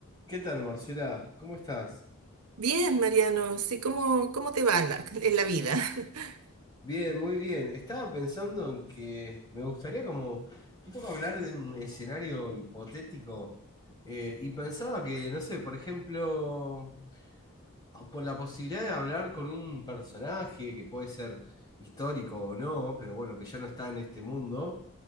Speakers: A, on the left (about 20°); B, on the right (about 85°).
A: ¿Qué tal, Marcela? ¿Cómo estás?
B: Bien, Mariano, sí, ¿cómo, cómo te va la- en la vida? <laughs>
A: Bien, muy bien. Estaba pensando en que me gustaría como un poco hablar de un escenario hipotético eh, y pensaba que, no sé, por ejemplo, a- por la posibilidad de hablar con un personaje que puede ser histórico o no, pero bueno, que ya no está en este mundo.